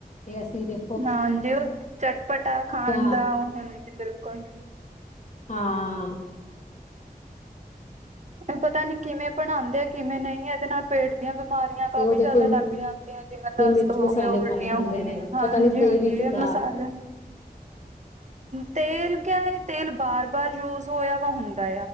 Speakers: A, on the left; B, on the right.
A: ਤੇ ਅਸੀਂ ਦੇ
B: ਹਾਂਜੀ, ਚਟਪਟਾ ਖਾਣ
A: ਹਾਂ
B: ਦਾ ਉਹ ਹੁੰਦੀ ਬਿਲਕੁਲ
A: ਆਂ
B: ਪਤਾ ਨੀ ਕਿਵੇਂ ਬਣਾਂਦੇ, ਕਿਵੇਂ ਨਹੀਂ ਇਹਦੇ ਨਾਲ ਪੇਟ ਦੀਆਂ ਬਿਮਾਰੀਆਂ ਕਾਫ਼ੀ
A: ਤੇ ਉਹ ਦੇਖੋ
B: ਜਿਆਦਾ
A: ਇੰਨੇ
B: ਲੱਗ ਜਾਂਦੀਆਂ, ਜਿਵੇਂ ਦਸਤ
A: ਮਿਰਚ
B: ਹੋ
A: ਮਸਾਲੇ
B: ਗਿਆ, ਉਲਟੀਆਂ
A: ਪਾਏ ਹੁੰਦੇ
B: ਹੋ ਗਈਆਂ।
A: ਨੇ
B: ਹਾਂਜੀ
A: ਪਤਾ ਨਹੀਂ ਤੇ
B: ਹਾਂਜੀ
A: ਵੀ
B: ਏ
A: ਕਿੱਦਾਂ
B: ਮਸਾਲੇ ਤੇਲ ਕਿਆ, ਇਹ ਤੇਲ ਬਾਰ- ਬਾਰ ਯੂਜ ਹੋਇਆ ਵਾ ਹੁੰਦਾ।